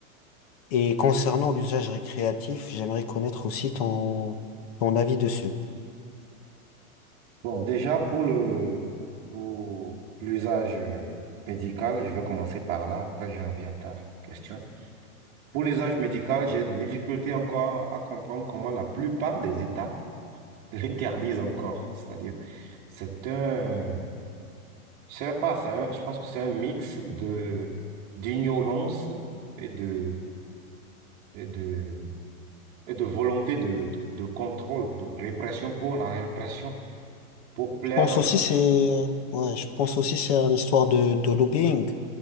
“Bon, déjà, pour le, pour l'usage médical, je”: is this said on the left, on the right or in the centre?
Right